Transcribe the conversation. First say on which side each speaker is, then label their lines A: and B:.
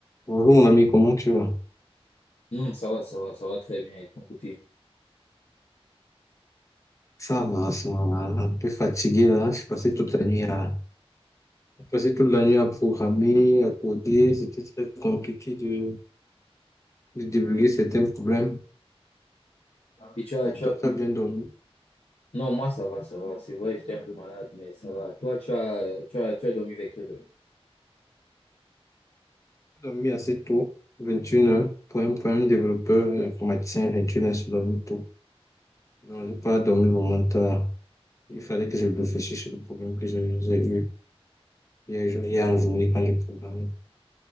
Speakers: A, on the left (about 30°); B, on the left (about 70°).
A: Bonjour mon ami, comment tu vas?
B: Non, ça va, ça va, ça va très bien et de ton côté.
A: Ça va, ça va. Un peu fatigué là. Je suis passé toute la nuit à, j'ai passé toute la nuit à programmer, à coder. C'était très compliqué de, de débugger certains problèmes.
B: Et tu as,
A: Et
B: tu
A: toi,
B: as pu.
A: tu as bien dormi?
B: Non, moi, ça va, ça va. C'est vrai, j'étais un peu malade, mais ça va. Toi, tu as, tu as, tu as dormi avec quelle heure?
A: J'ai dormi assez tôt, 21h. Pour un, pour un développeur un informaticien, 21h, c'est dormi tôt. Donc, j'ai pas dormi vraiment tard. Il fallait que je réfléchisse sur le problème que j'ai j'ai eu hier, hier en journée quand j'ai programmé.